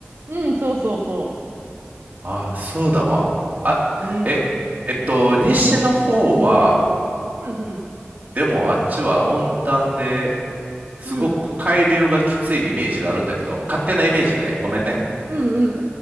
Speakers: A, on the right (about 60°); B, on the right (about 35°).
A: うん、そうそうそ
B: あ、そうだわ。
A: う。あれは。
B: あ、
A: うん。
B: え、えっと、西の方は、
A: うん、うん。
B: でもあっちは温暖ですごく海流がきついイメージがあるんだけど、
A: うん。
B: 勝手なイメージね。ごめんね。
A: うん、うん。